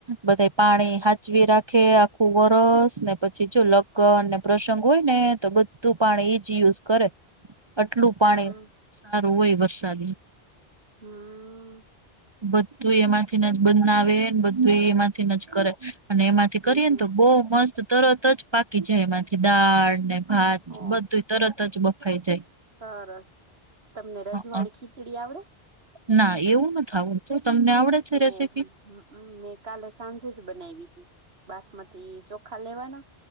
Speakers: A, on the right (about 40°); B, on the right (about 70°).
A: બધે પાણી સાાચવી રાખે આખું વરસ ને પછી જો લગ ને પ્રસંગ હોય ને તો બધું પાણી એ જયુઝ કરે આટલું પાણી
B: હમમ
A: સારું હોય વુ.
B: હમ
A: બધું એમાંથીને બ ના આવેને બું એ એમાંથી ન જ કરે અને એમાંથી
B: હમ
A: કરીએ
B: હમ
A: ને તો બહુ મસ્ત તરત જ પાકી જાય એમાંથી દાળ ને ભાત
B: ઓ
A: બધું તરત જ બફાઈ જાય.
B: સરસ તમને રજવાળી
A: હ
B: ખીચડી આવડે.
A: ના એવું નથી આવડતું તમને આવડે? છે
B: ઓહ
A: રેસીપી
B: હમ મેં કાલે સાંજે જ બનાવી હતી. બાસમતી ચોખા લેવાના.